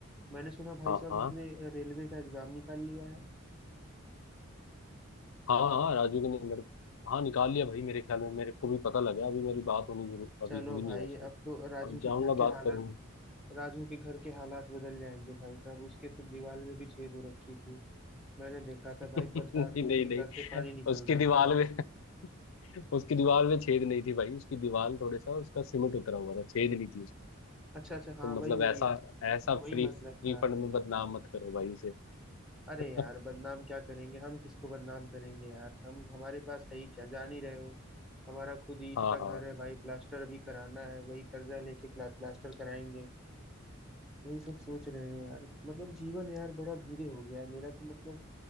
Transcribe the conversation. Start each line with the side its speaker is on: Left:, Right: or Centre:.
Centre: मैंने सुना भाई
Left: हाँ
Centre: साहब
Left: हाँ
Centre: उसने रेलवे का एग्जाम निकाल लिया है
Left: हाँ हाँ राजू के नंबर हाँ निकाल लिया भाई मेरे ख्याल में मेरे को भी पता लगा अभी मेरी बात होनी जरूर अभी
Centre: चलो
Left: हुई
Centre: भाई
Left: नहीं है उससे
Centre: अब तो राजू
Left: अब जाऊंगा
Centre: के घर के
Left: बात
Centre: हालात
Left: करूंगा
Centre: राजू के घर के हालात बदल जाएंगे भाई साहब उसके तो दीवार में भी छेद हो रखी थी मैंने देखा था
Left: <laughs>
Centre: भाई बरसात
Left: नहीं
Centre: में
Left: नहीं
Centre: उसके
Left: नहीं
Centre: घर से पानी निकल
Left: उसकी
Centre: रहा था
Left: दीवार में <laughs> उसकी दीवार में छेद नहीं थी भाई उसकी दीवार थोड़े सा उसका सीमेंट उतरा हुआ था छेद नहीं थी उसकी
Centre: अच्छा अच्छा हाँ
Left: तो मतलब
Centre: वही वही
Left: ऐसा ऐसा
Centre: वही
Left: फ्री
Centre: मतलब
Left: फ्री
Centre: था
Left: फंड में बदनाम मत करो भाई उसे
Centre: अरे
Left: <laughs>
Centre: यार बदनाम क्या करेंगे हम किसको बदनाम करेंगे यार हम हमारे पास है ही क्या जान ही रहे हो हमारा खुद ईंट
Left: हाँ
Centre: का घर
Left: हाँ
Centre: है भाई प्लास्टर अभी कराना है वही कर्जा लेके प्ला- प्लास्टर कराएंगे वही सब सोच रहे हैं यार मतलब जीवन यार बड़ा धीरे हो गया है मेरा तो मतलब